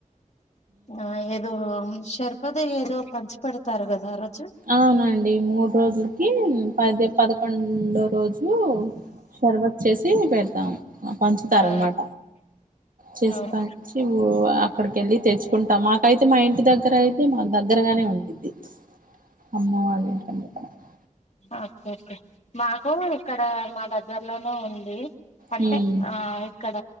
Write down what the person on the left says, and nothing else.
ఆ ఏదో షర్పథ్ ఏదో పంచి పెడతారు గదా ఆ రోజు
ఆ
అవును
ఓకే ఓకే మాకు ఇక్కడ మా దగ్గరలోనే ఉంది అంటే
ఆ ఇక్కడ